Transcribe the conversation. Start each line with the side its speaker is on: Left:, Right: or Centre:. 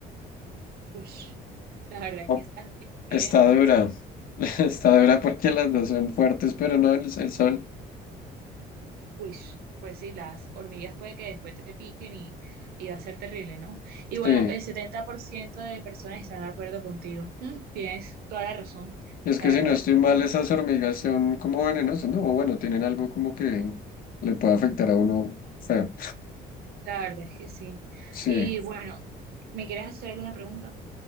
Right: Ush, la verdad es
Left: Oh,
Right: que está extremo,
Left: está
Right: ¿no?
Left: dura. <laughs> Está dura porque las dos son fuertes, pero no el, el sol.
Right: Uy, pues sí, las hormigas puede que después te piquen y, y va a ser terrible, ¿no? Y bueno,
Left: Sí.
Right: el 70% de personas están de acuerdo contigo. Mm, Tienes toda la razón,
Left: Es
Right: la
Left: que si
Right: verdad,
Left: no estoy mal, esas hormigas son como venenosas, ¿no? O bueno, tienen algo como que le puede afectar a uno feo.
Right: la verdad es que sí.
Left: Sí.
Right: Y bueno, ¿me quieres hacer alguna pregunta?